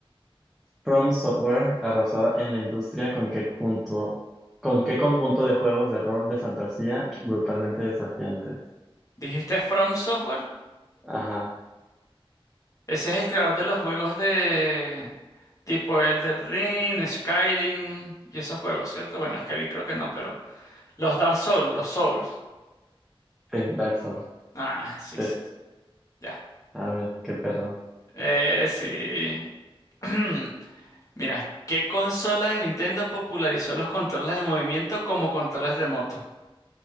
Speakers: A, in the centre; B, on the left.
A: From Software arrasada en la industria con que junto, con qué conjunto de juegos de rol de fantasía brutalmente desafiantes.
B: ¿Dijiste From Software?
A: Ajá,
B: Ese es el creador de los juegos de tipo el del Ring, Skyrim y esos juegos, ¿cierto? Bueno, Skyrim creo que no, pero los Dark Souls, los Souls.
A: sí, Dark Souls,
B: Ah, sí,
A: sí.
B: sí, ya.
A: A ver, qué perro.
B: Eh, sí. <clears throat> Mira, ¿qué consola de Nintendo popularizó los controles de movimiento como controles remotos?